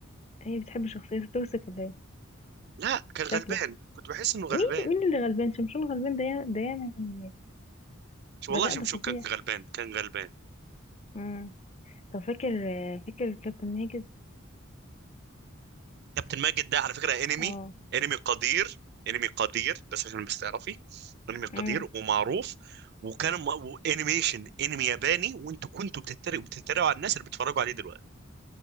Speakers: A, on the left (about 30°); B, on the right (about 50°).
A: هي بتحب شخصيته توسك ولا ايه
B: لا كان
A: شكلك
B: غلبان كنت بحس انه غلبان
A: مين مين اللي غلبان شمشون غلبان ده يا- ده ياما هي-
B: شو
A: ده
B: والله
A: لا ده
B: شمشون
A: فظيع
B: كان غلبان كان غلبان
A: امم طب فاكر فاكر كابتن ماجد
B: كابتن ماجد ده على فكرة انمي
A: اه
B: انمي قدير انمي قدير بس عشان بس تعرفي انمي قدير
A: امم
B: ومعروف وكان م- وانيميشن انمي ياباني وانتوا كنتوا بتتريقوا بتتريقوا على الناس اللي بيتفرجوا عليه دلوقتي